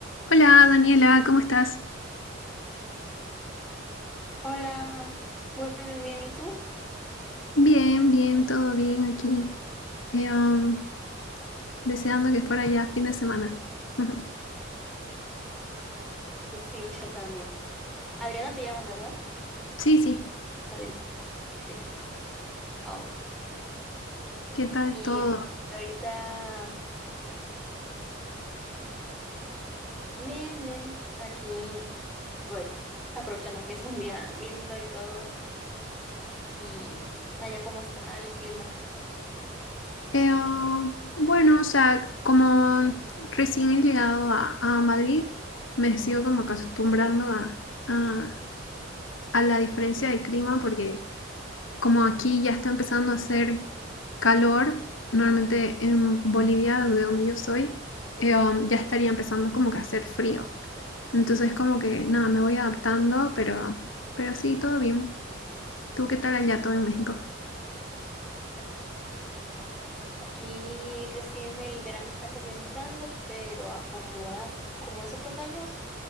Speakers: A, on the left; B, in the centre.
A: Hola Daniela, ¿cómo estás?
B: Hola, muy bien, bien, ¿y tú?
A: Bien, bien, todo bien aquí. Eh, um, deseando que fuera ya fin de semana. <laughs>
B: Sí, yo también. Adriana te llamas, ¿verdad?
A: Sí, sí,
B: Adriana, sí. Oh,
A: ¿qué tal
B: y
A: todo?
B: ahorita, bien, bien, aquí, pues, aprovechando que es un día lindo y todo, y allá cómo está el clima.
A: Eh, um, bueno, o sea, como recién he llegado a, a Madrid, me sigo como acostumbrando a, a- a la diferencia de clima porque como aquí ya está empezando a hacer calor, normalmente en Bolivia, de donde yo soy, eh, um, ya estaría empezando como que a hacer frío. Entonces como que nada, me voy adaptando, pero, pero sí, todo bien. ¿Tú qué tal allá todo en México?
B: Aquí recién el verano está comenzando, pero a como, as- como es otros años,